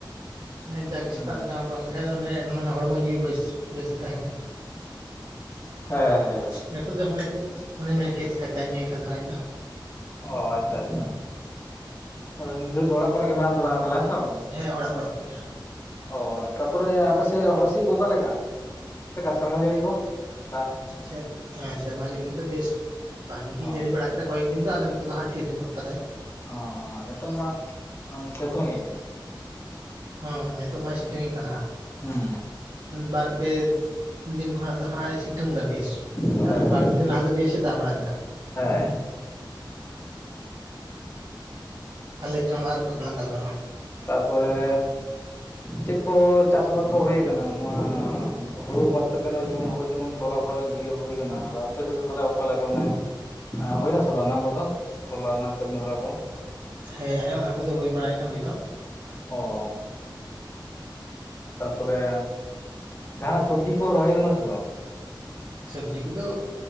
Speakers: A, on the right; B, on the left.
A: ᱦᱮᱸ ᱡᱟᱜᱮ
B: ᱦᱩᱸ
A: ᱥᱮᱛᱟᱜ ᱨᱮ ᱫᱟᱬᱟ ᱵᱟᱲᱟ ᱞᱮᱠᱷᱟᱡ ᱚᱱᱮ ᱢᱟᱱᱮ ᱦᱚᱲᱢᱚ ᱡᱤᱣᱤ ᱵᱮᱥ ᱵᱮᱥ ᱛᱟᱦᱮᱱᱟ
B: ᱦᱮᱸ ᱦᱮᱸ ᱦᱮᱸ
A: ᱱᱤᱛᱳᱜ ᱫᱚ ᱦᱚᱸᱭ ᱜᱮ ᱚᱱᱮᱧ ᱢᱮᱱ ᱠᱮᱫ ᱞᱮᱠᱟ ᱪᱟ ᱧᱩᱭᱮᱫ ᱠᱟᱱ ᱛᱟᱞᱟᱝ ᱟ ᱤᱧ ᱫᱚ
B: ᱚ ᱟᱪᱪᱷᱟ ᱟᱪᱪᱷᱟ ᱛᱟᱦᱞᱮ ᱱᱤᱛ ᱜᱷᱟᱹᱲᱤᱡ ᱫᱚ ᱚᱲᱟᱜ ᱠᱚᱨᱮ ᱜᱮ ᱢᱮᱱᱟᱢ ᱛᱟᱞᱟᱝᱼᱟ ᱛᱟᱦᱚᱞᱮ ᱥᱮ ᱵᱟᱝ
A: ᱦᱮᱸ ᱚᱲᱟᱜ ᱚᱲᱟᱜ ᱠᱚᱨᱮᱜᱮ
B: ᱚ ᱛᱟᱯᱚᱨᱮ ᱟᱯᱮᱥᱮᱫ ᱦᱚᱭ ᱦᱤᱥᱤᱫ ᱠᱚ ᱚᱠᱟ ᱞᱮᱠᱟ ᱪᱮᱫ ᱞᱮᱠᱟ ᱥᱮᱨᱢᱟ ᱡᱟᱹᱲᱤ ᱠᱚ ᱫᱟᱜ
A: ᱥᱮᱨ ᱦᱮᱸ ᱥᱮᱨᱢᱟ ᱡᱟᱹᱲᱤ ᱠᱚᱫᱚ ᱵᱮᱥ ᱵᱷᱟᱜᱤ ᱜᱮ
B: ᱚ
A: ᱡᱟᱹᱲᱤ ᱵᱟᱲᱟ ᱠᱮᱫᱟ ᱠᱚᱭᱮᱠ ᱫᱤᱱ ᱫᱚ ᱟᱫᱚ ᱱᱤᱛᱚᱜ ᱫᱚ ᱦᱟᱸᱜ ᱛᱷᱤᱨ ᱛᱷᱤᱨ ᱧᱚᱜ ᱠᱟᱫᱟᱭ
B: ᱦᱚᱸ ᱱᱤᱛᱚᱜ ᱢᱟ ᱥᱤᱛᱩᱝᱮᱜᱼᱟᱭ
A: ᱦᱮ ᱱᱤᱛᱚᱜ ᱢᱟᱭ ᱥᱤᱛᱩᱝ ᱮᱜ ᱠᱟᱱᱟ ᱦᱟᱸᱜ
B: ᱦᱩᱸ
A: ᱵᱟᱨ ᱯᱮ ᱫᱤᱱ ᱠᱷᱚᱱᱟᱜ ᱫᱚ ᱦᱟᱸᱜ ᱮ ᱥᱤᱛᱩᱝ ᱮᱫᱟ ᱵᱮᱥ
B: ᱦᱮᱸ
A: ᱟᱨ
B: ᱦᱮᱸ
A: ᱵᱟᱨᱯᱮ ᱫᱤᱱ ᱞᱟᱦᱟ ᱫᱚ ᱵᱮᱥ ᱮ ᱫᱟᱜ ᱵᱟᱲᱟ ᱠᱮᱫᱟ
B: <unintelligible>
A: ᱟᱞᱮ ᱪᱷᱚᱢᱟᱨ ᱠᱚ‌ ᱠᱚᱞᱟᱝ ᱜᱟᱞᱢᱟᱨᱟᱣᱟ
B: ᱛᱟᱯᱚᱨᱮ ᱪᱮᱫ ᱠᱚ ᱪᱟᱥ ᱟᱵᱟᱫ ᱠᱚ ᱦᱩᱭ ᱟᱠᱟᱱᱟ ᱱᱚᱣᱟ ᱦᱩᱲᱩ ᱵᱟᱛ ᱠᱟᱛᱮᱫ ᱨᱮᱦᱚ ᱡᱮᱢᱚᱱ ᱦᱩᱲᱩ ᱡᱮᱢᱚᱱ ᱛᱚᱞᱟ ᱠᱚᱞᱮ ᱜᱤᱲᱤᱭᱟ ᱦᱩᱭ ᱠᱟᱱᱟ ᱟᱯᱮ ᱥᱮᱫ ᱫᱚ ᱛᱟᱦᱚᱞᱮ ᱚᱠᱟᱞ ᱞᱮᱠᱟ ᱢᱟᱱᱮ ᱮᱸ ᱦᱩᱭᱱᱟᱥᱮ ᱵᱟᱝ ᱱᱚᱣᱟ ᱠᱚᱫᱚ ᱛᱚᱞᱟ ᱨᱮᱱᱟᱜ ᱠᱟᱹᱢᱤ ᱦᱚᱨᱟ ᱠᱚ
A: ᱦᱮᱸ ᱦᱮᱸ ᱚᱱᱟ ᱠᱚᱫᱚ ᱦᱩᱭ ᱵᱟᱲᱟᱭᱮᱱᱟ ᱦᱩᱭ ᱫᱚ
B: ᱚ ᱛᱟᱨᱯᱚᱨᱮ ᱡᱟᱸᱦᱟᱱᱟᱜ ᱥᱚᱵᱡᱤ ᱠᱚ ᱨᱚᱦᱚᱭ ᱠᱟᱱᱟ ᱥᱮ ᱵᱟᱝ
A: ᱥᱚᱵᱡᱤ ᱠᱚᱫᱚ